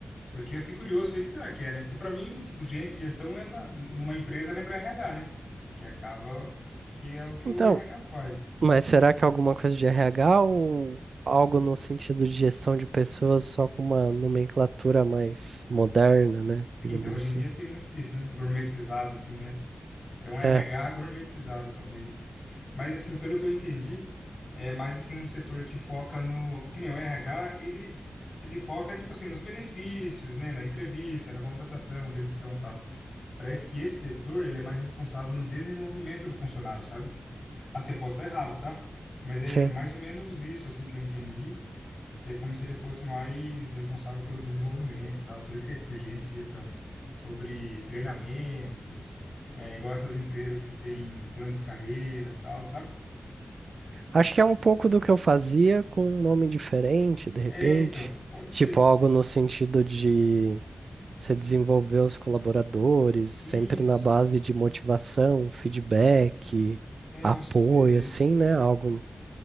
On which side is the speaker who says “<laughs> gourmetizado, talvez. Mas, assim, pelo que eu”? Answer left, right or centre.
Left